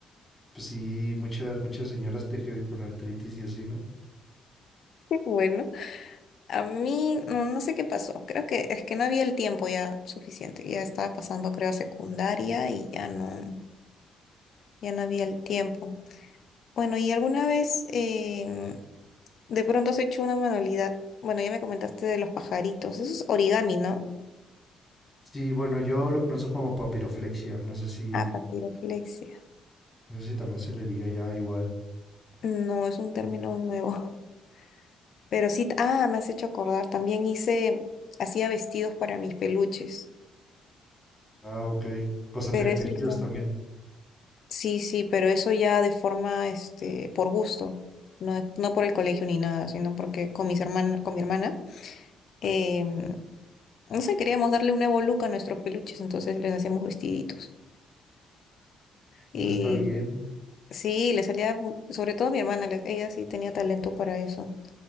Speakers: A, on the left (about 20°); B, on the left (about 65°).
A: pues sí, muchas, muchas señoras te que- con artritis y así, ¿no?
B: Bueno, a mí no, no sé qué pasó. Creo que es que no había el tiempo ya suficiente. Ya estaba pasando, creo, a secundaria y ya no, ya no había el tiempo. Bueno, ¿y alguna vez em, de pronto has hecho una manualidad? Bueno, ya me comentaste de los pajaritos. Eso es origami, ¿no?
A: Sí, bueno, yo lo conozco como papiroflexia, no sé si,
B: Ah, papiroflexia.
A: no sé si también se le diga ya igual.
B: No, es un término nuevo. <laughs> Pero sí, ah, me has hecho acordar. También hice, hacía vestidos para mis peluches.
A: Ah, ok. O sea,
B: Pero
A: te- tejidos
B: eso ya.
A: también.
B: Sí, sí, pero eso ya de forma, este, por gusto, no, no por el colegio ni nada, sino porque con mis hermanas, con mi hermana, em, no sé, queríamos darle un nuevo look a nuestros peluches, entonces les hacíamos vestiditos. Y
A: Eso está bien,
B: sí, le salía, mu- sobre todo a mi hermana, le- ella sí tenía talento para eso.